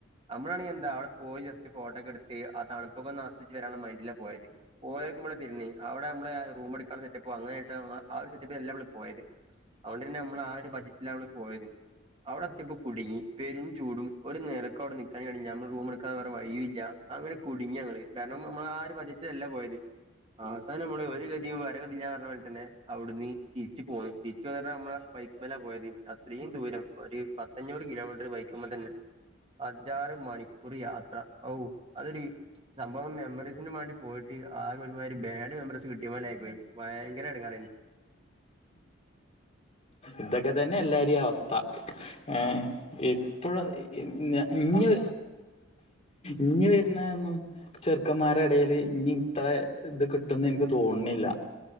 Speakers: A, on the right; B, on the left.
A: അമ്മളാണെങ്കി എന്താ അവിടെ പോയി ജസ്റ്റ് ഫോട്ടോക്കെ എടുത്ത് ആ തണുപ്പൊക്കെന്ന് ആസ്വദിച്ച് വരാൻള്ള മൈൻഡില പോയത്. പോയോക്കുമ്പളാ തിര്ന്ന്. അവ്ടമ്മള് ആ റൂം എട്ക്കാള്ള സെറ്റപ്പോ അങ്ങനെയിട്ട ആ തപ്പോ എല്ല മ്മള് പോയത്. അതുകൊണ്ട് പിന്നെ അമ്മള് ആ ഒരു ബജറ്റിലാള് പോയതും. അവ്ടെ എത്തിയപ്പോ കുടുങ്ങി പെരും ചൂടും ഒരു നെലക്കെ അവ്ടെ നിക്കാൻ കയ് ണില്ല. അമ്മള് റൂം എടുക്കാതെ വേറെ വഴില്ല. അങ്ങനെ കുടുങ്ങി ഞങ്ങള് കാരണം നമ്മ ആ ഒരു ബജറ്റിലല്ല പോയത്. അവസാനം നമ്മള് ഒരു ഗതിയും പരഗതില്ലാർഞ്ഞ മാതി തന്നെ അവ് ടുന്ന് തിരിച്ചു പോന്ന് തിരിച്ച് വരാ അമ്മള ബൈക്ക്മ്മലാ പോയത്. അത്രയും ദൂരം ഒരു പത്തഞ്ഞൂറ് കിലോമീറ്ററ് ബൈക്ക്മ്മ തന്നെ. അഞ്ചാറ് മണിക്കൂറ് യാത്ര. ഔ അതൊരു സംഭവം മെമ്മറീസിന് വാണ്ടി പോയിട്ട് ആകെ ഒരു മാതിരി ബാഡ് മെമ്മറീസ് കിട്ടിയ പോലെ ആയി പോയി. ഭയങ്കര എടങ്ങേറെനി.
B: ഇതൊക്കെ തന്നെ എല്ലാരിം അവസ് ത്ത ഏ ഇ ഇപ്പോഴാ ന്ന് ഇഇ ഇഞ്ഞ് ഇഞ്ഞ് വരുന്നന്നും ചെറുക്കന്മാരെ എടേല് ഇഞ്ഞ് ഇത്ര ഇത് കിട്ടും ന്ന് ഇൻക്ക് തോണ്ണില്ല.